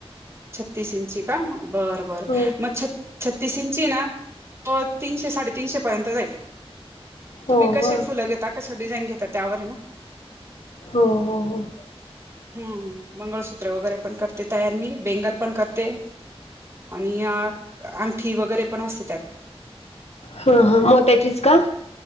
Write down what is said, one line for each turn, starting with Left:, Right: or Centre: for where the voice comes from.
Right: छत्तीस इंची का बरं बर
Left: हो
Right: मग छत्तीस इंची ना तो. तीनशे साडेतीनशेपर्यंत जाईल
Left: हो
Right: तुम्ही कसे
Left: का
Right: फुलं घेता कशं डिझाईन घेता त्यावर आहे ना.
Left: हो हो हो,
Right: हम मंगळसूत्र वगैरे पण करते तयार मी बेंगल पण करते. आणि यात अंगठी वगैरे पण असते त्यात.
Left: हा हा मोतचीच का.